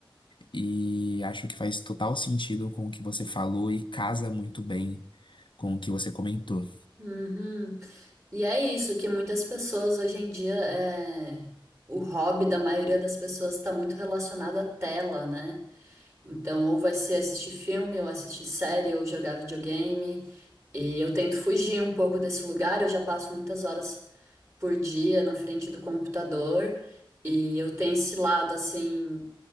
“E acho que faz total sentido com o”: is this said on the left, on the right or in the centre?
Left